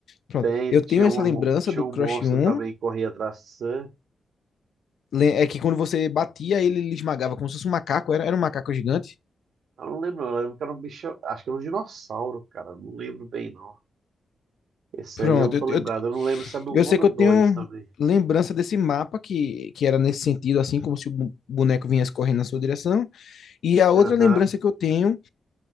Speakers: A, on the left; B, on the right.
A: Pronto.
B: Tem,
A: Eu tenho
B: tinha
A: essa
B: um,
A: lembrança
B: tinha
A: do
B: um
A: Crush
B: monstro
A: 1,
B: também que corria atrás de você.
A: le- é que quando você batia, ele lhe esmagava, como se fosse um macaco, era, era um macaco gigante.
B: Eu não lembro, eu lembro que era um bicho. Acho que era um dinossauro, cara. Não lembro bem, não. Esse
A: Pronto,
B: aí eu não tô
A: eu,
B: lembrado.
A: eu,
B: Eu não lembro se é do
A: eu
B: um
A: sei
B: ou do
A: que eu
B: 2
A: tenho
B: também.
A: lembrança desse mapa que, que era nesse sentido, assim, como se o bu- boneco viesse correndo na sua direção. E a outra
B: Aham.
A: lembrança que eu tenho,